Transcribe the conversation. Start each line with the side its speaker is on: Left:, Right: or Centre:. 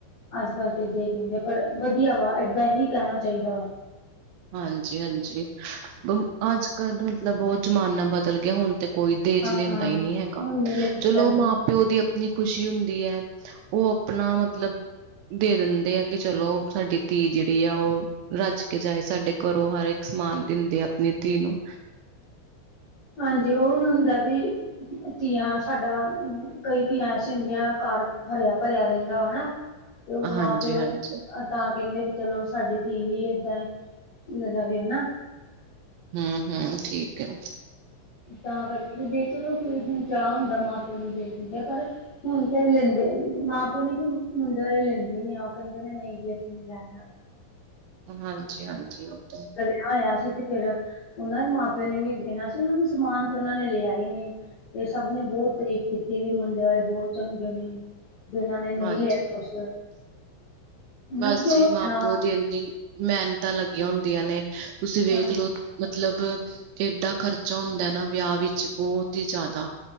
Left: ਅੱਜ ਕੱਲ ਤਾਂ ਏਦਾਂ ਹੀ ਕਹਿੰਦੇ ਪਰ ਵਧੀਆ ਵਾ ਏਦਾਂ ਹੀ ਕਹਿਣਾ ਚਾਹੀਦਾ ਵਾ।
Right: ਹਾਂਜੀ-ਹਾਂਜੀ ਅੱਜ ਕੱਲ ਮਤਲਬ ਉਹ ਜ਼ਮਾਨਾ ਬਦਲ ਗਿਆ ਹੁਣ ਤੇ ਕੋਈ ਦੇਜ
Left: ਹਾਂ
Right: ਲੈਂਦਾ ਹੀ ਨਹੀਂ ਹੈਗਾ
Left: ਹੁਣ ਨੀ ਲੈਂਦੇ
Right: ਚਲੋ
Left: ਭੈਣ ਜੀ
Right: ਮਾਂ ਪਿਓ ਦੀ ਆਪਣੀ ਖ਼ੁਸ਼ੀ ਹੁੰਦੀ ਹੈ ਉਹ ਆਪਣਾ ਮਤਲਬ ਦੇ ਦਿੰਦੇ ਆ ਕਿ ਚਲੋ ਸਾਡੀ ਧੀ ਜਿਹੜੀ ਆ ਉਹ ਰੱਜ ਕੇ ਜਾਏ। ਸਾਡੇ ਘਰੋਂ ਹਰ ਇੱਕ ਸਮਾਨ ਦਿੰਦੇ ਆਪਣੀ ਧੀ ਨੂੰ
Left: ਹਾਂਜੀ ਉਹ ਨੂ ਹੁਣ ਹੁੰਦਾ ਵੀ ਧੀਆਂ ਸਾਡਾ ਕਈ ਤੀਆਂ ਐਸ ਹੁੰਦੀਆਂ ਕਰ ਹਰਿਆ-ਭਰਿਆ ਰਹਿੰਦਾ ਹਨਾ ਤੇ ਉਹ ਮਾਂ
Right: ਹਾਂਜੀ
Left: ਪਿਓ
Right: ਹਾਂਜੀ
Left: ਤਾਂ ਕਹਿੰਦੇ ਵੀ ਚਲੋ ਸਾਡੀ ਧੀ ਵੀ ਇਦਾਂ ਰਵੇ ਹਨਾ।
Right: ਹੂ-ਹੂ ਠੀਕ ਹੈ।
Left: ਤਾਂ ਕਰਕੇ ਬ ਚਲੋ ਉਸ ਨੂੰ ਚਾਹ ਹੁੰਦਾ ਮਾਂ ਪਿਓ ਨੂੰ ਦੇ ਦਿੰਦੇ ਆ ਪਰ ਹੁਣ ਤੇ ਕਹਿ ਲੈਂਦੇ ਮਾਂ-ਪਿਓ ਨੇ ਕਿ ਮੁੰਡੇ ਵਾਲੇ ਲੈਂਦੇ ਨੀ ਆ ਉਹ ਕਹਿੰਦੇ ਨੇ ਨਹੀਂ ਜੀ ਅਸੀ ਲੈਣਾ ਪੈਣਾ
Right: ਹਾਂਜੀ-ਹਾਂਜੀ ਉਹ ਤਾਂ ਹੈ।
Left: ਦਾ ਵਿਆਹ ਹੋਇਆ ਸੀ ਤੇ ਫੇਰ ਉਹਨਾਂ ਦੇ ਮਾਂ-ਪਿਓ ਨੇ ਵੀ ਦੇਣਾ ਸੀ ਉਹਨਾਂ ਨੂੰ ਸਮਾਨ ਤੇ ਉਹਨਾਂ ਨੇ ਲਿਆ ਹੀ ਨਹੀਂ। ਤੇ ਸਭ ਨੇ ਬਹੁਤ ਤਾਰੀਫ਼ ਕੀਤੀ ਵੀ ਮੁੰਡੇ ਵਾਲੇ ਬਹੁਤ ਚੰਗੇ ਨੇ। ਜਿਨਾਂ ਨੇ ਨਹੀ
Right: ਹਾਂਜੀ
Left: ਲਿਆ ਕੁਛ। ਹਨਾ
Right: ਬਸ
Left: ਕਿਉਂ
Right: ਜੀ
Left: ਲੈਣਾ
Right: ਮਾਂ-ਪਿਓ
Left: ਵਾ
Right: ਦੀ ਇੰਨੀ ਮਿਹਨਤਾਂ ਲੱਗੀਆਂ ਹੁੰਦੀਆਂ ਨੇ ਤੁਸੀਂ ਵੇਖ
Left: ਹਾਂਜੀ।
Right: ਲੋ ਮਤਲਬ ਕਿਡਾ ਖ਼ਰਚਾ ਹੁੰਦਾ ਨਾ ਵਿਆਹ ਵਿੱਚ ਬਹੁਤ ਹੀ ਜ਼ਿਆਦਾ